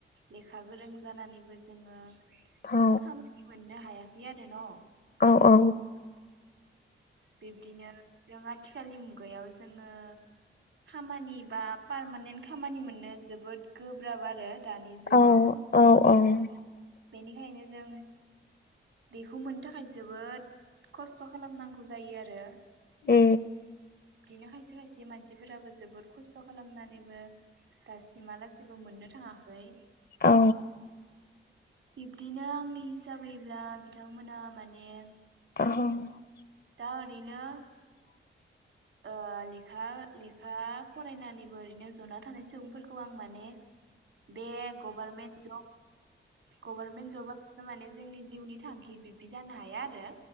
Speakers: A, on the right; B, on the left.
A: लेखा गोरों जानानैबो जोङो
B: औ
A: खामानि मोननो हाया यो आरो न
B: औ औ
A: बिब्दिनो जों आथिखालनि मुगायाव जोङो खामानि बा पारमानेन्ट खामानि मोननो जोबोद गोब्राब आरो दानि जुगाव
B: औ औ औ
A: बेनिखायनो जों बेखौ मोननो थाखाय जोबोद खस्थ खालामनांगौ जायो आरो
B: ए
A: बिदिनो खायसे खायसे मानसिफोराबो जोबोद खस्थ खालामनानैबो दासिमालासिबो मोननो थाङाखै
B: औ
A: बिब्दिनो आंनि हिसाबैब्ला बिथांमोना माने
B: औ
A: दा ओरैनो ओ लेखा लेखा फरायनानैबो ओरैनो जना थानाय सुबुंफोरखौ खौ आं माने बे गभारमेन्ट जब गभर्नमेन्ट जबासो माने जोंनि जिउनि थांखि बिब्दि जानो हाया आरो